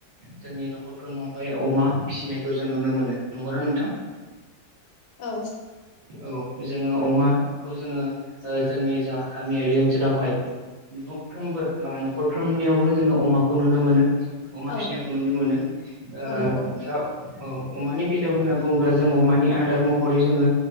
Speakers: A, on the right; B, on the left.
A: जोंनि न'खर ओमफाय अमा फिसिनायखौ जों नुनो मोनो नंगौ नोंथां
B: औ
A: औ जोङो अमाखौ जोङो ओ जोंनि जा गामियारि ओनसोलावहाय न'फ्रोमबो बा न'खरफ्रोमनियावबो जोङो अमाखौ नुनो मोनो। अमा फिसिनायखौ
B: औ
A: नुनो मोनो ओ
B: औ नंगौ
A: दा औ अमानि बेलायाव होनना बुङोब्ला जों अमानि आदार महरै जोङो